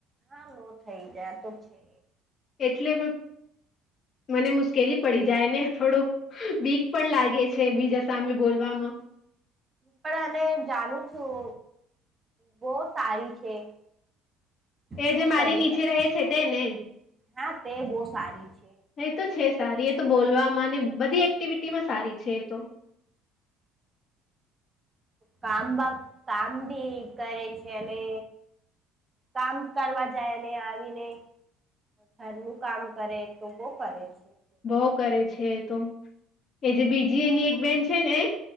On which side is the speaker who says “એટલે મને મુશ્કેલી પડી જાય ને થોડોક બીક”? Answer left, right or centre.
Left